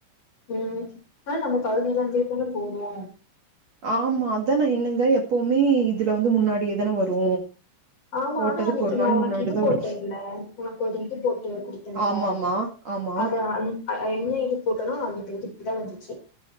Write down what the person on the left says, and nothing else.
உம் அனால நம்ம பகுதிலா <unintelligible> போவோ
ஆமா
அனா அன்னிக்கு
நா
உனக்கு
இது போட்டேல்ல
உனக்கு ஒரு இது போட்டு குடுத்தெல்ல
அத அன் ஆஹ் என்ன இது போட்டனா <unintelligible> தா வந்துருச்சி